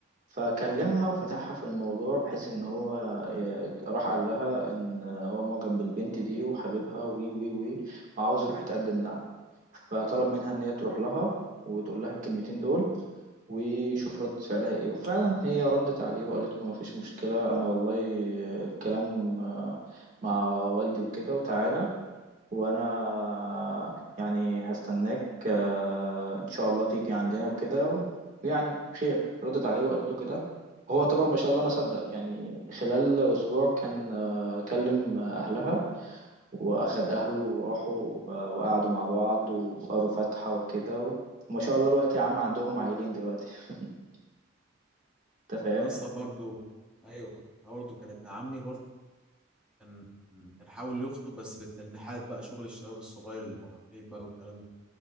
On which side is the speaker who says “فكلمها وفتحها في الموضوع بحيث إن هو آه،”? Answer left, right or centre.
Right